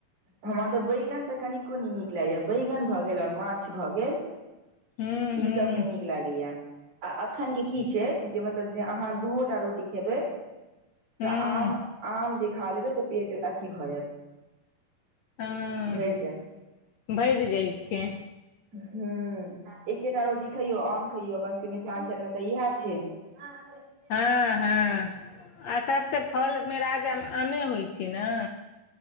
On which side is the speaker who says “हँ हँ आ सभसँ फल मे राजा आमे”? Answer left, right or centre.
Left